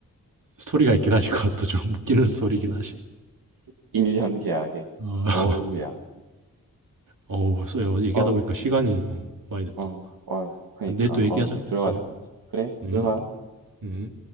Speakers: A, on the right; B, on the right.
A: 스토리가 있긴 하지 그것도 좀 <laughs> 웃기는 스토리긴
B: 그치?
A: 하지.
B: <laughs> 1년 계약에.
A: 어, <laughs>
B: 어우, 야.
A: 어, 써 얘기하다
B: 어,
A: 보니까 시간이
B: 어,
A: 어, 많이 됐다.
B: 어.. 어, 그러니까.
A: 내일 또 얘기하자.
B: 어, 이제 들어가야
A: 응,
B: 될 것 같아. 그래,
A: 응,
B: 들어가.
A: 응.